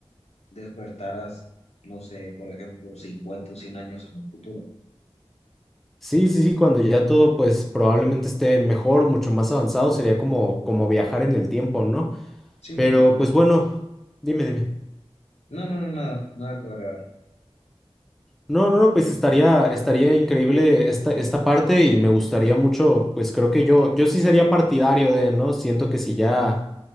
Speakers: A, on the left; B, in the centre.
A: despertaras, no sé, por ejemplo, 50 o 100 años en el futuro.
B: Sí, sí, sí, cuando ya todo pues probablemente esté mejor o mucho más avanzado, sería como, como viajar en el tiempo, ¿no?
A: Sí,
B: Pero
A: es-
B: pues bueno, dime, dime.
A: no, no, no, nada, nada que agregar.
B: No, no, no, pues estaría, estaría increíble esta, esta parte y me gustaría mucho, pues creo que yo, yo sí sería partidario de, ¿no? Siento que si ya,